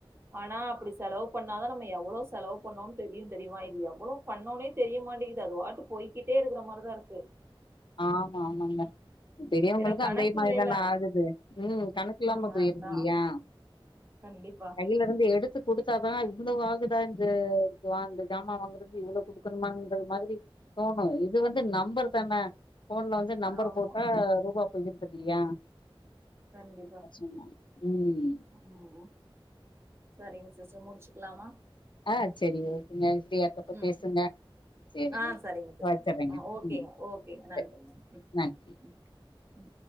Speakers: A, on the right (about 25°); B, on the left (about 60°).
A: ஆனா அப்படி செலவு பண்ணாதா நம்ம எவ்வளவு செலவு பண்ணோனு தெரியு தெரியுமா இது எவ்ளோ பண்ணோனே தெரிய மாட்டேங்கிது அது வாட்டு போய்கிட்டே இருக்கிற மாரிதா இருக்கு
B: ஆமா ஆமாங்க பெரியவங்களுக்கு
A: ஏன்னா கணக்கு
B: அந்தே மாரிதான
A: இல்லைல
B: ஆகுது ம் கணக் இல்லாம
A: ம்
B: போயிருது
A: அதா
B: இல்லையா
A: கண்டிப்பா
B: கையில இருந்து எடுத் டுத்து குடுத்தாதா இவ்வளவு ஆகுதா இந்த இந்த ஜாமான் வாங்குறிதுக்கு இவ்வளவு கொடுக்கணுமாங்க மாதிரி தோணு இது வந்து நம்பர் தான போன்ல வந்து நம்பர்
A: ஆமா
B: போட்டா ரூபா போயிருது இல்லையா
A: கண்டிப்பா
B: <unintelligible> ம்
A: ம் சரிங்க சிஸ்டர் முடிச்சுக்கலமா
B: ஆ சேரிங்க நீங்க ஃப்ரீயா இருக்கப்ப
A: ம்
B: பேசுங்க சேரிங்க
A: ஆ சரிங்க சிஸ்டர்
B: வச்சரேங்க
A: ஆ ஓகேங்க
B: ம்
A: ஓகேங்க நன்றிங்க
B: சேரி
A: ம்
B: நன்றி
A: ம் ம்